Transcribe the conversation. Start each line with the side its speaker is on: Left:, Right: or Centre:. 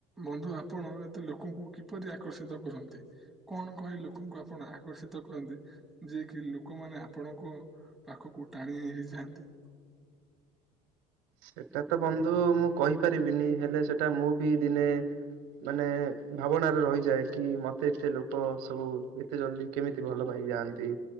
Centre: ବନ୍ଧୁ ଆପଣ ଏତେ ଲୋକ ଙ୍କୁ କିପରି ଆକର୍ଷିତ କରନ୍ତି? କଣ କହି ଲୋକଙ୍କୁ ଆପଣ ଆକର୍ଷିତ କରନ୍ତି? ଯିଏ କି ଲୋକମାନେ ଆପଣଙ୍କ ପାଖକୁ ଟାଣି ହେଇ-ହେଇ ଯାଆନ୍ତି।
Right: ସେଟା ତ ବନ୍ଧୁ ମୁଁ କହିପାରିବିନି ହେଲେ ସେଟା ମୁଁ ବି ଦିନେ ମାନେ ଭାବନାରେ ରହିଯାଏ କି ମତେ ଏତେ ଲୋକ ସବୁ ଏତେ ଜଲଦି କେମିତି ଭଲ ପାଇଯାଆନ୍ତି